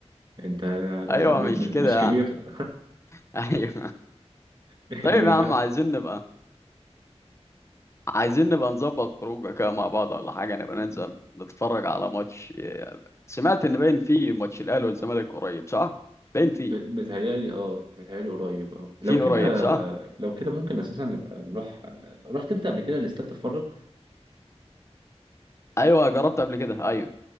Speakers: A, on the right; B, on the left.
A: انت يعني
B: ايوه
A: م-
B: مش
A: م-
B: كده
A: مش كبير
B: يعني ايوه
A: <laughs>
B: طيب
A: اللي بيضحك
B: يا عم عايزين نبقى عايزين نبقى نظبط خروجه كده مع بعض ولا حاجه نبقى ننزل نتفرج على ماتش سمعت ان باين فيه ماتش الاهلي والزمالك قريب صح باين فيه
A: ب- بتهيألي اه بتهيألي قريب اه لو
B: فيه
A: كده
B: قريب صح
A: لو كده ممكن اساسا نبقى نروح رحت انت قبل كده لاستاد تتفرج
B: ايوه جربت قبل كده ايوه